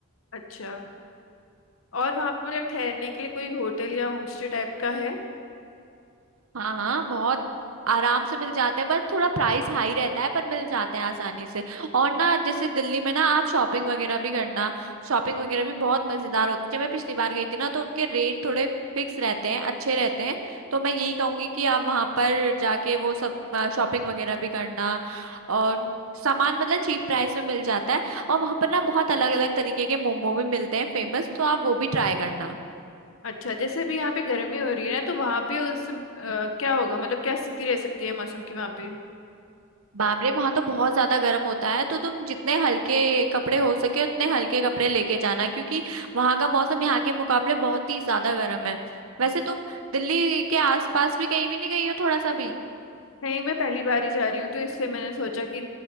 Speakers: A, on the left; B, on the right.
A: अच्छा और वहां पे मतलब ठहरने के लिए कोई होटल या होमस्टे टाइप का है
B: हाँ हाँ बहुत आराम से मिल जाते हैं पर थोड़ा प्राइस हाई रहता है पर मिल जाते हैं आसानी से और ना जैसे दिल्ली में ना आप शॉपिंग वगैरह भी करना शॉपिंग वगैरह भी बहुत मजेदार होती है जब मैं पिछली बार गई थी ना तो उनके रेट थोड़े फिक्स रहते हैं अच्छे रहते हैं तो मैं यही कहूंगी कि आप वहां पर जाके वो सब शॉपिंग वगैरह भी करना और सामान मतलब चीप प्राइस में मिल जाता है और वहां पर ना बहुत अलग अलग तरीके के मोमो भी मिलते हैं फेमस तो आप वो भी ट्राई करना
A: अच्छा जैसे अभी यहाँ पे गर्मी हो रही है ना तो वहां पे उस सम- अ, क्या होगा मतलब क्या स्थिति रह सकती है मौसम की वहां पे
B: बाप रे वहां तो बहुत ज्यादा गर्म होता है तो तुम जितने हल्के कपड़े हो सके उतने हल्के कपड़े लेके जाना क्योंकि वहां का मौसम यहाँ के मुकाबले बहुत ही ज्यादा गर्म है वैसे तुम दिल्ली के आसपास भी कहीं भी नहीं गई हो थोड़ा सा भी
A: नहीं मैं पहली बार ही जा रही हूँ तो इसलिए मैंने सोचा कि